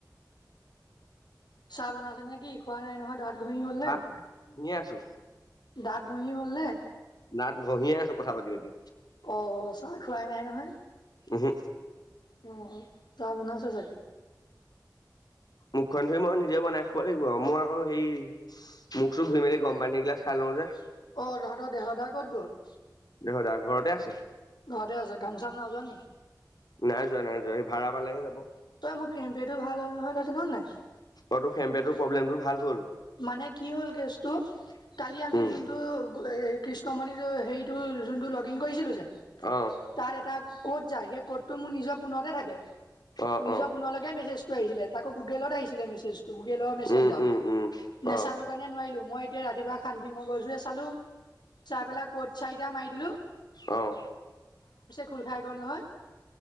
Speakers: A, on the left; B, on the left.
A: চাহ বনাইছে নে কি খোৱা নাই নহয় দাঁত ঘঁহি হল
B: কথা
A: নে
B: শুনিয়ে আছো
A: দাঁত উহি হলে
B: নাত ঘহি আছো কথা পাতি পাতি
A: অ চাহ খোৱাই নাই নহয়
B: উহু
A: অ', চাহ বনাইে চাগে
B: মুখখন ধুই মই নিজে বনাই খাব লাগিব মই আকৌ সেই মুখটোো ধুই মেলি গম পানী এইগিলাচ খাই লওঁ যে
A: অ', তহঁতৰ দেহদা ক'ত গ'ল?
B: হদা ঘৰতে আছে।
A: ঘৰতেই আছে, কাম-চাম নাই যোৱা নেকি?
B: নাই যোৱা নাই যোৱা, এই ভাৰা পালেহে যাব।
A: তই মোৰ ফেমপেটো ভাল হ'ল নহয়, তই জান নে নাই?
B: অ তোৰ ফেমপেটোৰ
A: উম,
B: প্ৰব্লেমটো ভাল হ'ল
A: মানে কি হ'ল কেছ টো কালি আমি
B: উম
A: যোনটো কৃষ্ণমণি হেৰিটো যোনটো লগ ইন কৰিছিলোঁ যে,
B: অ
A: তাৰ এটা ক'ড যায় সেই ক'তটো মোৰ নিজৰ ফোনতে থাকে
B: অ
A: নিজৰ
B: অ
A: ফোনলৈকে মেছেজটো আহিছিলে, তাকো গুগেলত আহিছিলে মেছেজটো। গুগেলৰ মেছেঞ্জাৰত,
B: উম উম উম
A: নাচালো
B: অ
A: কাৰণে নোৱাৰিলো মই এতিয়া ৰাতিপুৱা শান্তি মগজুৰে চালোঁ, চাই পেলাই ক'ৰ্ট চাৰিটা মাৰি দিলোঁ।
B: অহ।
A: খোল খাই গ'ল নহয়